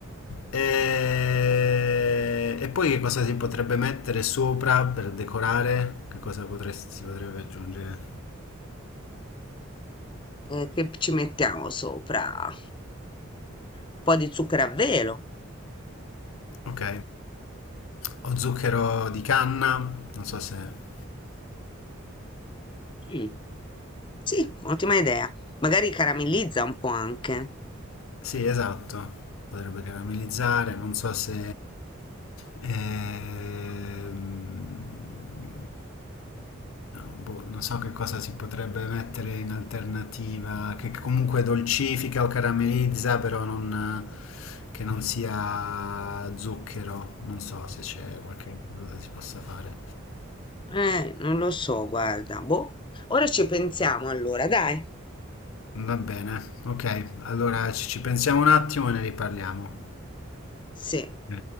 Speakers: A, on the left (about 75°); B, on the left (about 25°).
A: E... e poi che cosa si potrebbe mettere sopra per decorare? Che cosa potresti- si potrebbe aggiungere?
B: Eh, che ci mettiamo sopra? Un po' di zucchero a velo.
A: Ok, o zucchero di canna, non so se...
B: Mm. Sì, ottima idea. Magari caramellizza un po' anche.
A: Sì, esatto, potrebbe caramellizzare, non so se... ehm, boh, non so che cosa si potrebbe mettere in alternativa, che comunque dolcifica o caramellizza, però non, che non sia zucchero, non so se c'è qualche cosa si possa fare.
B: Eh, non lo so, guarda. Boh. Ora ci pensiamo allora, dai.
A: Va bene, ok, allora ci ci pensiamo un attimo e ne riparliamo.
B: Sì.
A: Eh.